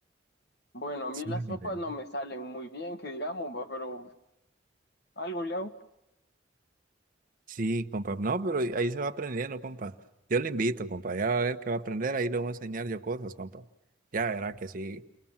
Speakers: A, on the left; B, on the right.
A: bueno, a mí
B: Sí,
A: las
B: mi
A: sopas
B: bebé.
A: no me salen muy bien, que digamos, va, pero algo le hago.
B: Sí, compa. No, pero ahí se va aprendiendo, compa. Yo le invito, compa. Ya va a ver que va a aprender. Ahí le voy a enseñar yo cosas, compa. Ya verá que sí.